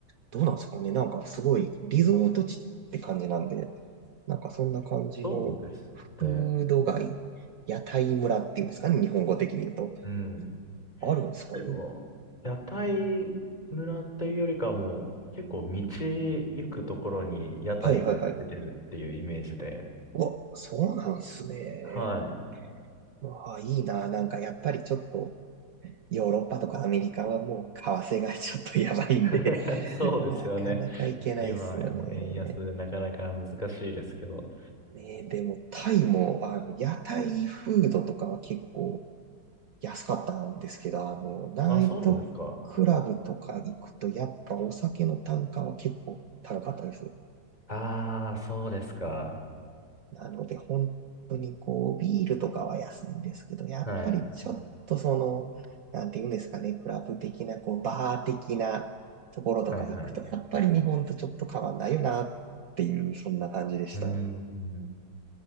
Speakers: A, on the right; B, on the left.
A: どうなんですかね。なんかすごいリゾート地って感じなんで、なんかそんな感じの
B: そうですね。
A: フード街、屋台村っていうんですかね、日本語的に言うと。
B: うん。
A: あるんですかね。
B: でも、屋台村っていうよりかはもう、結構道行くところに屋台が出てるっていうイメージで、
A: はいはいはい。うわ、そうなんすね。
B: はい。
A: うわ、いいな。なんかやっぱりちょっと、ヨーロッパとかアメリカはもう為替がちょっとやばいんで
B: <laughs>
A: <laughs>
B: そうですよね。
A: なかなか行けないっすよね。
B: 今、もう円安でなかなか難しいですけど。
A: ねえ、でもタイも、あの、屋台フードとかは結構安かったんですけど、あの、ナイトクラブとか行くとやっぱお酒の単価は結構高かったです。
B: あ、そうなんですか。ああ、そうですか。
A: なので、本当にこう、ビールとかは安いんですけど、やっぱりちょっとその、
B: はい。
A: なんていうんですかね、クラブ的な、こう、バー的なところとか行くと、
B: はい、はい。
A: やっぱり日本とちょっと変わんないよなっていう、そんな感じでした。
B: うーん。